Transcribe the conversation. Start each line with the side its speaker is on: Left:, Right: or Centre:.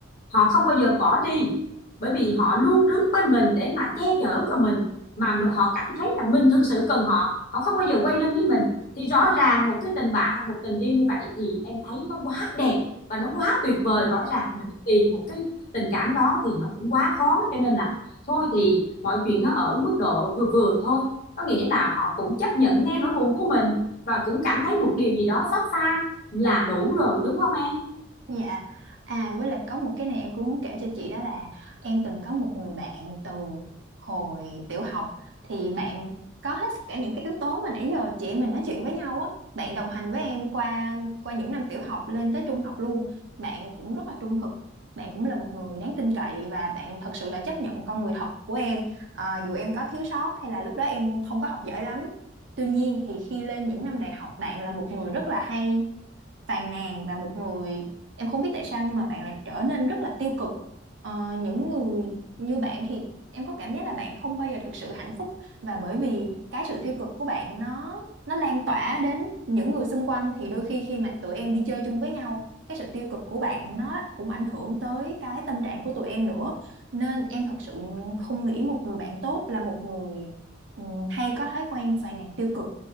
Left: họ không bao giờ bỏ đi bởi vì họ luôn đứng bên mình để mà che chở cho mình mà họ cảm thấy rằng mình thực sự cần họ họ không bao giờ quay lưng với mình thì rõ ràng một cái tình bạn một tình yêu như vậy thì em thấy nó quá đẹp và nó quá tuyệt vời
Right: Dạ.
Left: rõ ràng mình tìm một cái tình cảm đó thì nó cũng quá khó cho nên là thôi thì mọi chuyện nó ở mức độ vừa vừa thôi có nghĩa là họ cũng chấp nhận nghe nỗi buồn của mình và cũng cảm thấy một điều gì đó xót xa là đủ rồi đúng không em
Right: Dạ. À với lại có một cái này em cũng muốn kể cho chị đó là em từng có một người bạn từ hồi tiểu học thì bạn có hết tất cả những cái yếu tố mà nãy giờ chị em mình nói chuyện với nhau á. Bạn đồng hành với em qua qua những năm tiểu học lên tới trung học luôn. Bạn cũng rất là trung thực. Bạn cũng là một người đáng tin cậy và bạn thật sự là chấp nhận con người thật của em. À, dù em có thiếu sót hay là lúc đó em không có học giỏi lắm. Tuy nhiên thì khi lên những năm đại học bạn là một người rất là hay phàn nàn và một người em không biết tại sao nhưng mà bạn lại trở nên rất là tiêu cực Ờ, những người như bạn thì em có cảm giác là bạn không bao giờ thực sự hạnh phúc và bởi vì cái sự tiêu cực của bạn nó nó lan tỏa đến những người xung quanh thì đôi khi khi mà tụi em đi chơi chung với nhau cái sự tiêu cực của bạn nó cũng ảnh hưởng tới cái tâm trạng của tụi em nữa nên em thật sự không nghĩ một người bạn tốt là một người ừ, hay có thói quen phàn nàn tiêu cực